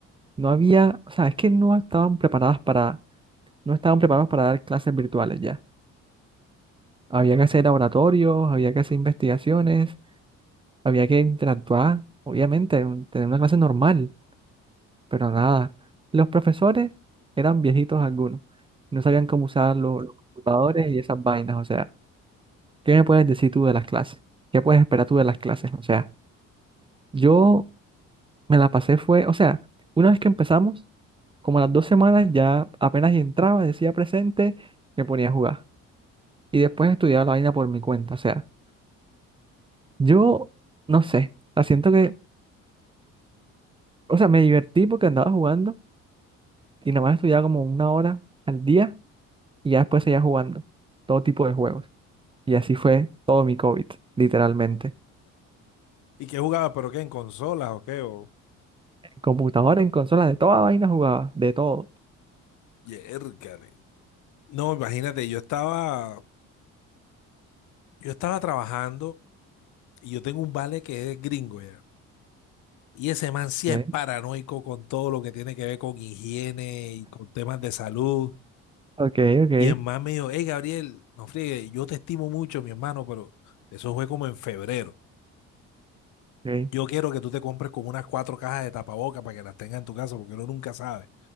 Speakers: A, on the right; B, on the left.
A: no había, o sea, es que no estaban preparadas para, no estaban preparados para dar clases virtuales ya. Había que hacer laboratorios, había que hacer investigaciones. Había que interactuar, obviamente, un- tener una clase normal, pero nada. Los profesores eran viejitos algunos, no sabían cómo usar lo- los, computadores y esas vainas, o sea, ¿qué me puedes decir tú de las clases? ¿Qué puedes esperar tú de las clases? O sea, yo me la pasé fue, o sea, una vez que empezamos, como a las dos semanas ya apenas entraba, decía presente, me ponía a jugar. Y después estudiaba la vaina por mi cuenta, o sea, yo no sé, la siento que, o sea, me divertí porque andaba jugando Y nomás estudiaba como una hora al día y ya después seguía jugando todo tipo de juegos. Y así fue todo mi COVID, literalmente.
B: ¿Y qué jugaba? ¿Pero qué? ¿En consolas o qué? O...
A: En computadora, en consolas, de toda vaina jugaba, de todo.
B: Yércale. No, imagínate, yo estaba, yo estaba trabajando y yo tengo un vale que es gringo ya. Y ese man sí
A: Ok,
B: es paranoico con todo lo que tiene que ver con higiene y con temas de salud.
A: ok, ok.
B: Y el man me dijo, hey Gabriel, no friegue, yo te estimo mucho, mi hermano, pero eso fue como en febrero.
A: ok.
B: Yo quiero que tú te compres como unas cuatro cajas de tapabocas para que las tengas en tu casa, porque uno nunca sabe.